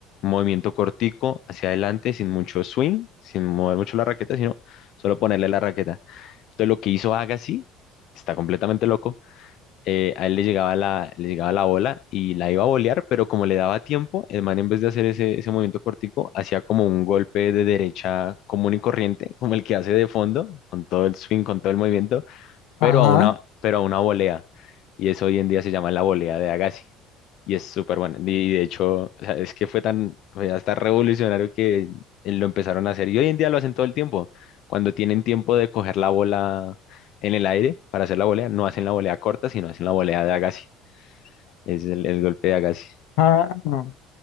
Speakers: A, on the left (about 45°); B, on the left (about 75°).
A: movimiento cortico hacia adelante, sin mucho swing, sin mover mucho la raqueta, sino solo ponerle la raqueta. Entonces lo que hizo Agassi, está completamente loco, eh, a él le llegaba la, le llegaba la bola y la iba a volear, pero como le daba tiempo, el man en vez de hacer ese, ese movimiento cortico, hacía como un golpe de derecha común y corriente, como el que hace de fondo, con todo el swing, con todo el movimiento, pero
B: Ajá.
A: a una, pero a una volea. Y eso hoy en día se llama la volea de Agassi. Y es súper bueno. Y de hecho, o sea, es que fue tan, fue hasta revolucionario que lo empezaron a hacer. Y hoy en día lo hacen todo el tiempo. Cuando tienen tiempo de coger la bola en el aire para hacer la volea, no hacen la volea corta, sino hacen la volea de Agassi. Es el, el golpe de Agassi.
B: Ah, no.